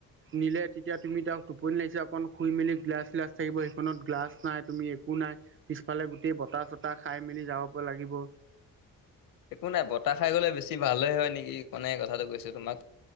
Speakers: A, on the right; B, on the left.
A: নিলে তেতিয়া তুমি তাক টোপনি লাগিছে অকন শুই মেলি গ্লাছ, গ্লাছ থাকিব। সেইখনত গ্লাছ নাই তুমি একো নাই। পিছফালে গোটেই বতাহ চত তা খাই মেলি যাব পৰা লাগিব।
B: একো নাই বতাহ খাই গ'লে বেছি ভালে হয় নেকি। কাৰণে এই কথাটো কৈছো তোমাক।